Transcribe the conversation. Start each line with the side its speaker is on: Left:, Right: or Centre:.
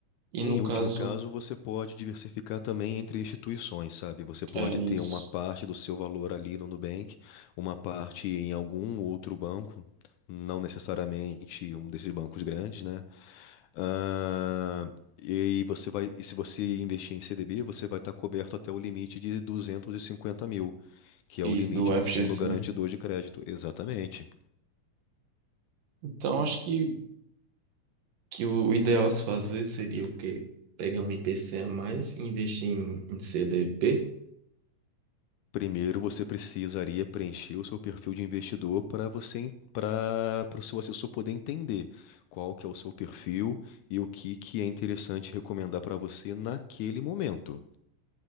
Right: E
Left: Em
Right: no caso,
Left: último caso, você pode diversificar também entre instituições, sabe? Você pode
Right: é isso,
Left: ter uma parte do seu valor ali no Nubank, uma parte em algum outro banco, não necessariamente um desses bancos grandes, né? Ah, e você vai, e se você investir em CDB, você vai estar coberto até o limite de duzentos e cinquenta mil, que é
Right: isso
Left: o limite
Right: do FGC.
Left: do fundo garantidor de crédito. Exatamente.
Right: Então, acho que que o ideal a se fazer seria o quê? Pegar um IPC a mais e investir em, em CDP?
Left: Primeiro, você precisaria preencher o seu perfil de investidor para você, para o seu assessor poder entender qual que é o seu perfil e o que que é interessante recomendar para você naquele momento.